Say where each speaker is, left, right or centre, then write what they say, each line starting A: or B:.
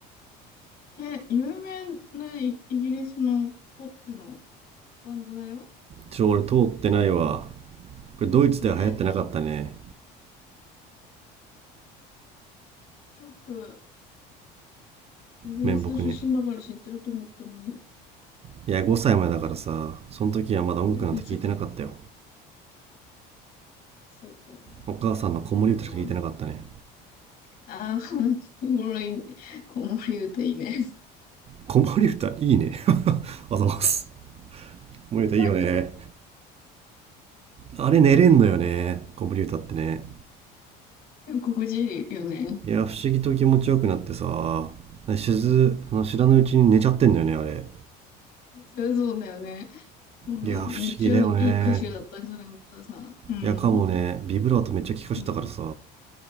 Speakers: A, on the left; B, on the right.
A: ええ、有名なイイギリスのポップのバンドだよ。
B: ちょ、俺通ってないわ。これドイツでは流行ってなかったね。
A: えー、ショック。イギリス出身だから知ってると思ったのに。
B: 面目に。いや、5歳前だからさ、その時はまだ音楽なんて聞いてなかったよ。
A: <laughs> 難しか。そうか。
B: お母さんの子守歌しか聞いてなかったね。
A: 残念だな。ああ、<laughs> おもろい、おもろい歌いいね。
B: 子守歌いいね。<laughs> あざます。子守歌いいよね。
A: <laughs>
B: あれ寝れんのよね。子守歌ってね。
A: 心地いいよね。
B: いや、不思議と気持ちよくなってさ、しず、あの知らぬうちに寝ちゃってんだよね、あれ。
A: そうそうだよね。うん、
B: いや、不思議だよね。
A: めっちゃいい歌手だったんじゃないお母さん。うん、
B: いや、かもね、ビブラートめっちゃ効かしてたからさ、
A: うん。